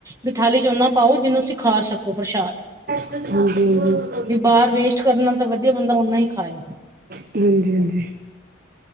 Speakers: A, on the right (about 15°); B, on the right (about 50°).
A: ਵੀ ਥਾਲੀ ਓਨਾ ਪਾਓ ਜਿਹਨੂੰ ਤੁਸੀਂ ਖਾ ਸਕੋ ਪ੍ਰਸ਼ਾਦ
B: <unintelligible> ਹਾਂਜੀ ਹਾਂਜੀ
A: ਵੀ ਬਾਹਰ ਵੇਸਟ ਕਰਨ ਨਾਲ ਤਾਂ ਵਧੀਆ ਬੰਦਾ ਓਨਾ ਹੀ ਖਾਏ
B: ਹਾਂਜੀ ਹਾਂਜੀ